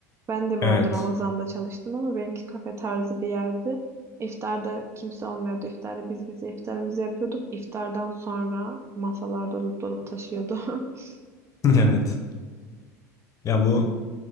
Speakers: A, on the right; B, on the left.
A: Ben de bu
B: Evet.
A: arada Ramazan'da çalıştım ama benimki kafe tarzı bir yerdi. İftarda kimse olmuyordu. İftarda biz bize iftarımızı yapıyorduk. İftardan sonra masalar dolup dolup taşıyordu. <laughs>
B: <laughs> Evet. Ya bu